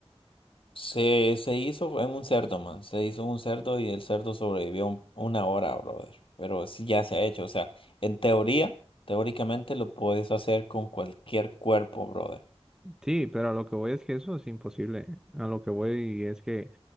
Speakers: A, on the left; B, in the centre.
A: Se, se hizo en un cerdo, man. Se hizo un cerdo y el cerdo sobrevivió un- una hora, brother. Pero sí ya se ha hecho. O sea, en teoría, teóricamente lo puedes hacer con cualquier cuerpo, brother.
B: Sí, pero a lo que voy es que eso es imposible. A lo que voy es que